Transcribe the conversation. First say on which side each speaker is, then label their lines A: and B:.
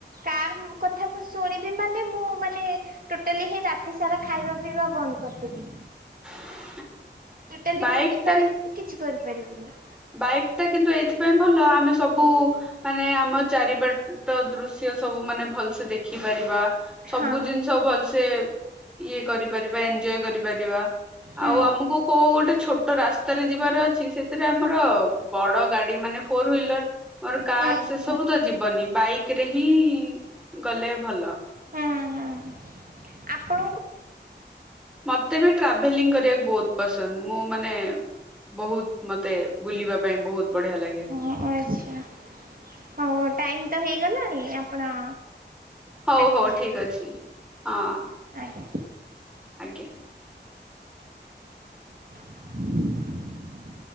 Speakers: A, on the right; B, in the centre.
A: କାର କଥା ମୁଁ ଶୁଣିବି ମାନେ ମୁଁ ମାନେ ଟୋଟାଲି ହିଁ ରାତି ସାରା ଖାଇବା ପିଇବା ବନ୍ଦ କରିଦେବି।
B: <inaudible>
A: ଟୋଟାଲି
B: ବାଇକ୍
A: ବୁଲି ପାରିବିନି
B: ଟା
A: କିଛି କରିପାରିବିନି
B: ବାଇକ୍ ଟା କିନ୍ତୁ ଏଇଥିପାଇଁ ଭଲ ଆମେ ସବୁ ମାନେ ଆମ ଚାରିପଟ ତ ଦୃଶ୍ୟ ସବୁମାନେ ଭଲସେ ଦେଖିପାରିବା ସବୁ
A: ହଁ
B: ଜିନିଷ ଭଲସେ ଇଏ କରିପାରିବା ଏନଜୟ କରିପାରିବା
A: ହଁ
B: ଆଉ ଆମକୁ କୋଉ ଗୋଟେ ଛୋଟ ରାସ୍ତାରେ ଯିବାର ଅଛି ସେଥିରେ ଆମର ବଡଗାଡି ମାନେ ଫୋର ଭୀଲୱେର ମୋର କାର୍
A: ହଁ
B: ସେ
A: ହଁ।
B: ସବୁ ତ ଯିବନି ବାଇକରେ ହିଁ ଗଲେ ଭଲ।
A: ହଁ ହଁ ଆପଣ
B: ମତେ ବି ଟ୍ରାଭେଲିଂ କରିବାକୁ ବହୁତ ପସନ୍ଦ ମୁଁ ମାନେ ବହୁତ ମତେ ବୁଲିବା ପାଇଁ ବହୁତ ବଢିଆ ଲାଗେ।
A: ଓ ଆଚ୍ଛା ହଉ ଟାଇମ ତ ହେଇଗଲାଣି ଆପଣ
B: ହଉ
A: କାଟି
B: ହଉ
A: ଦିଅନ୍ତୁ
B: ଠିକ ଅଛି ହଁ
A: ଆଜ୍ଞା।
B: ଆଜ୍ଞା।
A: <inaudible>